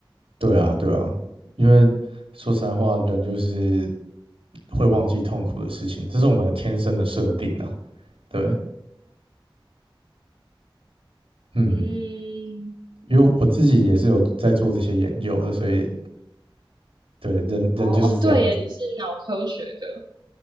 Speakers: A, on the right (about 85°); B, on the right (about 55°).
A: 对啊，对啊，因为说实在话，人就是会忘记痛苦的事情，这是我们天生的设定啊。对，嗯，
B: 嗯，
A: 因为我自己也是有在做这些研究的，所以对人人就是这样子。
B: 哦哦，对耶，你是脑科学的，